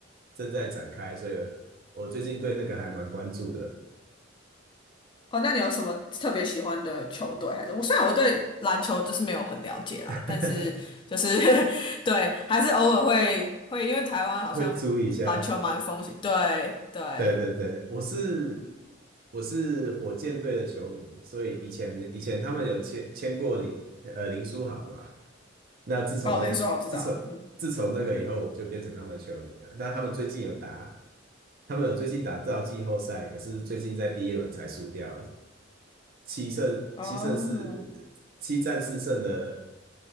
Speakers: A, on the right; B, on the left.
A: 正在展开，所以我最近对那个还蛮关注的，
B: 哦，那你有什么特别喜欢的球队？还是我虽然我对篮球就是没有很了解啦，
A: <laughs>
B: 但是就是 <laughs> 对，还是偶尔会会，因为台湾好像篮球蛮风行。
A: 会注意一下。
B: 对对，
A: 对对对，我是我是火箭队的球迷，所以以前以前他们有签签过林呃林书豪嘛，那自从那自从自从那个以后，
B: 哦，林书豪知道，嗯，
A: 我就变成他们的球迷了。那他们最近有打，他们有最近打到季后赛，可是最近在第一轮才输掉，七胜七胜四七战四胜的，
B: 哦，